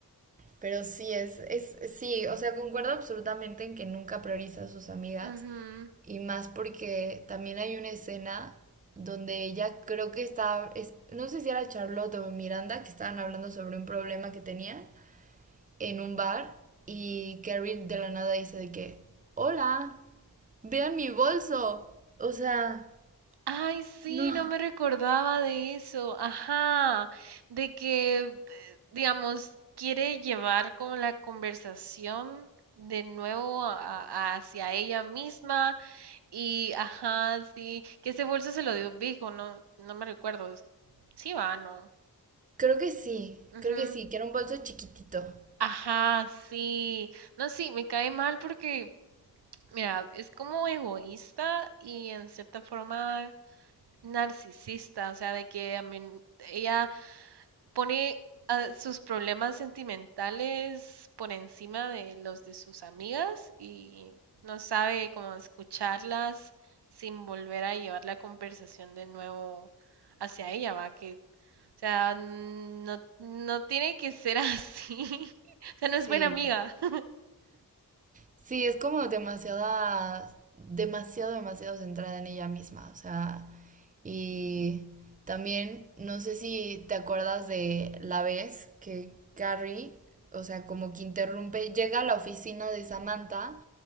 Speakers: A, on the right; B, on the right.
A: pero sí, es, es, sí, o sea, concuerdo absolutamente en que nunca prioriza a sus amigas.
B: Ujú.
A: Y más porque también hay una escena donde ella creo que estaba, es- no sé si era Charlotte o Miranda, que estaban hablando sobre un problema que tenían. en un bar y Carrie de la nada dice de que, hola, vean mi bolso. O sea,
B: Ay, sí,
A: no,
B: no me recordaba de eso. Ajá, de que, eh, digamos, quiere llevar como la conversación de nuevo a- a- hacia ella misma Y, ajá, sí, que ese bolso se lo dio Vigo, no, no me recuerdo. Sí, va, no.
A: creo que sí,
B: Ujú.
A: creo que sí, que era un bolso chiquitito.
B: Ajá, sí. No, sí, me cae mal porque, mira, es como egoísta y en cierta forma narcisista, o sea, de que a mí- ella pone ah, sus problemas sentimentales por encima de los de sus amigas y no sabe cómo escucharlas sin volver a llevar la conversación de nuevo hacia ella, va, que, o sea, no, no tiene que ser así. <laughs> O sea,
A: Sí.
B: no es buena amiga. <laughs>
A: Sí, es como demasiada, demasiado, demasiado centrada en ella misma, o sea, y también no sé si te acuerdas de la vez que Carrie, o sea, como que interrumpe, llega a la oficina de Samantha